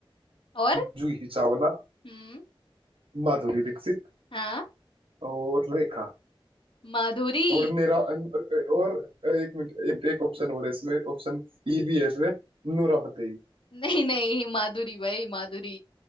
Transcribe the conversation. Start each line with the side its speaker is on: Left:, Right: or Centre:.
Left: और
Right: जूही चावला
Left: हम्म
Right: माधुरी दीक्षित
Left: हाँ
Right: और रेखा
Left: माधुरी
Right: और मेरा और एक मिनट एक, एक ऑप्शन और है इसमें ऑप्शन ई भी है इसमें नूरा फतेही
Left: नहीं नहीं माधुरी भाई माधुरी